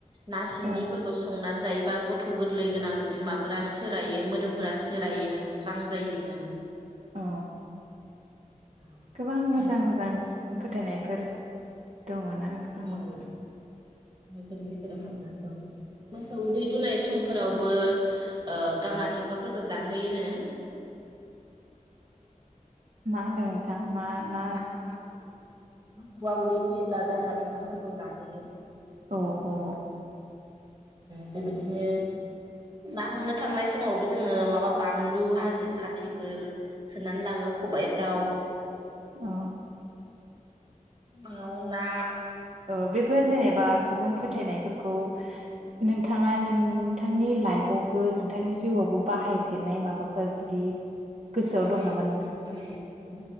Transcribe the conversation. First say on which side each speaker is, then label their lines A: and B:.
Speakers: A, on the right; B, on the right.
A: ना सिंगिफोरखौ
B: अ
A: संनानै जायोबा गथ' गोरलै गोनां बिमाफोरा सोरायो मोदोम फ्राय सोरायोनो स्रां जायोनो।
B: अ
A: आरो
B: गोबां मोजां मोजां सु फोथायनायफोर दङ ना ओंखामाव।
A: औ फोरनि गेजेराव हाबनानै दं मोसौ उदै दुनाय समफोरावबो ओ गाङा थेफाफोरखौ जाहोयोनो।
B: मा होनो थां मा मा
A: थेफाफोरखौ मोसौआ उदै दुयोब्ला गांहा थेफाफोरखौ जाहोयोनो।
B: अ अ
A: बेबायदिनो ना हमनो थांनाय समावबो जोङो माबा बानलु हासिब खाथिफोर सोनानै लाङो खबायफ्राव।
B: अ
A: बाव ना
B: औ बेफोर जेनेबा सुबुं फोथायनायफोरखौ नोंथाङा नोंथांनि लाइफआवबो नोंथांनि जिउआवबो बाहायफेरनाय माबाफोर बिदि गोसोआव
A: औ बाहायो
B: दं नामा
A: नोंथां बाहायो।